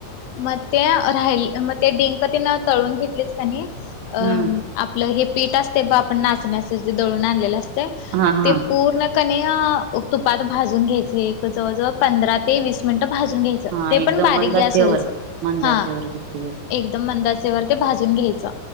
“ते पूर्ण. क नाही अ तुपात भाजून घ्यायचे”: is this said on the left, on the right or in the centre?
Left